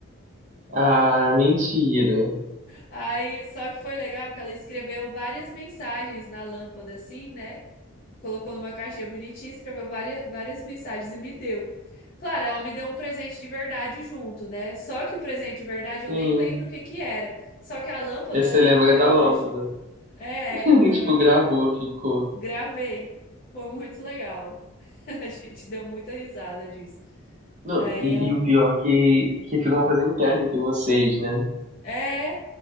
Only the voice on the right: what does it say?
ah, mentira.
Sim.
Aí
Você
lembra
da
lâmpada.
<laughs>
Tipo,
gravou,
ficou.
Não,
e,
e o pior é que, que fica uma coisa interna entre vocês, né?